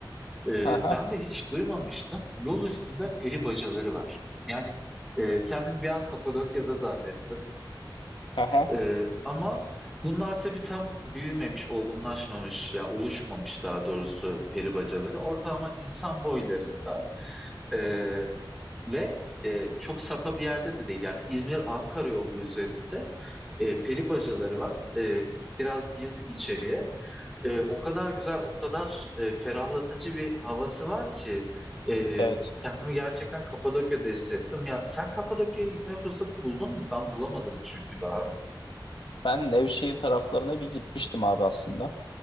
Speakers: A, in the centre; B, on the left.
A: E,
B: Aha,
A: ben de hiç duymamıştım. Yol üstünde peri bacaları var. Yani e, kendim bir an Kapadokya'da zannettim.
B: aha,
A: Ee, ama bunlar tabii tam büyümemiş, olgunlaşmamış ya oluşmamış daha doğrusu peri bacaları. Ortalama insan boylarında ee, ve e, çok sapa bir yerde de değil. Yani İzmir-Ankara yolu üzerinde e, peri bacaları var. E, biraz girdik içeriye. E, o kadar güzel, o kadar e, ferahlatıcı bir havası var ki e,
B: evet.
A: kendimi gerçekten Kapadokya'da hissettim. Ya sen Kapadokya'ya gitme fırsatı buldun mu? Ben bulamadım çünkü daha.
B: Ben Nevşehir taraflarına bir gitmiştim abi aslında.